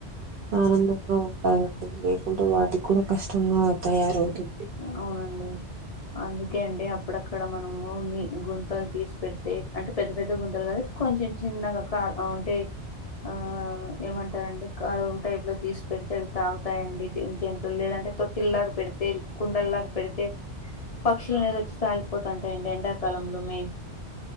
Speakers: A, on the right; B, on the left.
A: ఆనందంగా ఉంటారండి లేకుంటే వాటికి కూడా కష్టంగా తయారవుతుంది
B: అవునండి అందుకే అంటే అప్పుడక్కడ మనము నీ గుంతాలు తీసుకు పెడితే అంటే పెద్ద పెద్ద గుంతలు గాద కొంచెం చిన్నగా క అంటే ఆ ఏమంటారండి కరు టైప్ లో తీసి పెడితే ఆవి తాగుతాయండి జంతువులు లేదంటే తొట్టిల్లాగా పెడితే కుండల్లాగా పెడితే పక్షులు అనేది వచ్చి తాగిపోతంటాయండి ఎండాకాలంలో మెయిన్